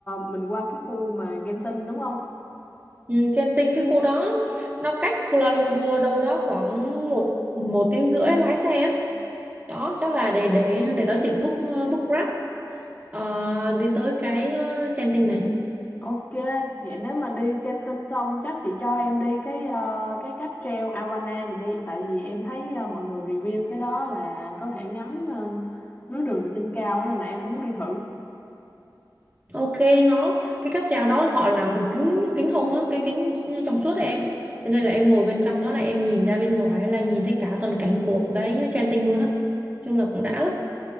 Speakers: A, on the left; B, on the right.
A: mình qua cái khu mà Genting đúng không?
B: Ừ, trên tinh cái khu đó nó cách Kuala Lumpur đâu đó khoảng một một tiếng rưỡi lái xe á đó chắc là để để để đó chị book book Grab Ờ, đi tới cái uh, Genting này
A: Ok, vậy nếu mà đi Genting xong chắc chị cho em đi cái à, cái cáp treo Awana gì đi tại vì em thấy à, mọi người review cái đó là có thể ngắm à, núi đường từ trên cao á, nên là em cũng muốn đi thử.
B: Ok nó cái cáp treo đó họ làm bằng kính kính hồng á cái kính trong suốt ấy em cho nên là em ngồi bên trong đó là em nhìn ra bên ngoài là nhìn thấy cả toàn cảnh của cái Genting tinh luôn á chung là cũng đã lắm